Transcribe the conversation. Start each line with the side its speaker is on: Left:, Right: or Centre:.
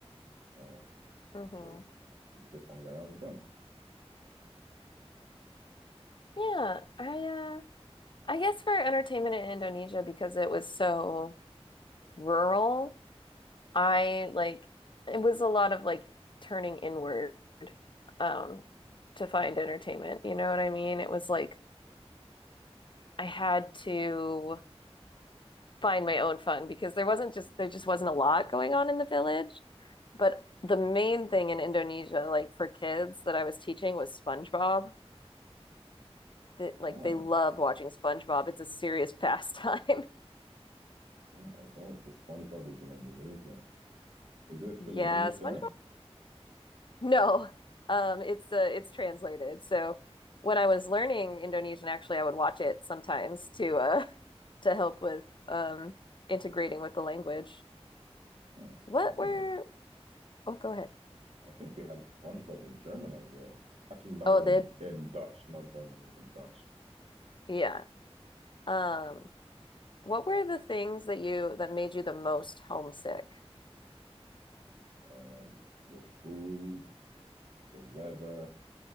Right: So
Left: hmm
Right: just we just hung around with them.
Left: Yeah, I I guess for entertainment in Indonesia, because it was so rural, I like it was a lot of like turning inward um to find entertainment. You know what I mean? It was like I had to find my own fun because there wasn't just there just wasn't a lot going on in the village. But the main thing in Indonesia, like for kids that I was teaching was SpongeBob. That
Right: Wow.
Left: like they love watching SpongeBob. It's a serious pastime. <laughs>
Right: Oh my God, The SpongeBob is in Indonesia. Is it still
Left: Yeah,
Right: in English
Left: SpongeBob
Right: there?
Left: No, um, it's uh, it's translated. So when I was learning Indonesian, actually, I would watch it sometimes to uh <laughs> to help with um integrating with the language.
Right: Huh.
Left: What
Right: I think
Left: were?
Right: I,
Left: Oh, go ahead.
Right: I think we had SpongeBob in German as well. Actually, that
Left: Oh,
Right: was in,
Left: did
Right: in Dutch, not German, it was in Dutch.
Left: yeah. Um, what were the things that you that made you the most homesick?
Right: Um, the food, the weather,